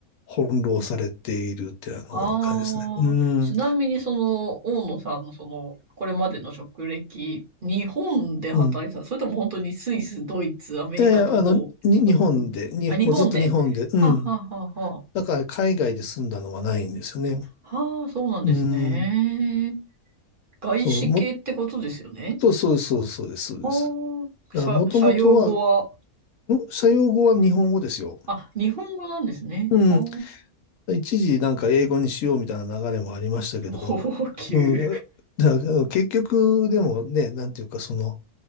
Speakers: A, on the left; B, on the right.
A: う、翻弄されているって、あの、
B: ああ、
A: 感じですね。うん。
B: ちなみにその、大野さんのその、これまでの職歴、日本で働いてた、
A: うん。
B: それとも本当にスイス、ドイツ、アメリカとこう、
A: いやいや、あの、に、日本で、
B: うんうん。
A: に、
B: あ、日本で。
A: もうずっと日本で、
B: はあ、
A: うん。
B: はあ、はあ、は
A: だから海外で住んだのはないんですよね。
B: あ。はあ、そうなんですね。
A: うん。
B: 外資系ってことですよね。
A: そう、も、そうそうそうそうです、そうです。
B: ああ、
A: だからもともとは、
B: 社、社用語は、
A: ん社用語は日本語ですよ。
B: あ、日本語なんですね。
A: うん。
B: は
A: うん一時なんか英語にしようみたいな流れもありましたけど、
B: あ、高級。
A: うん。だから結局、でもね、なんていうか、その、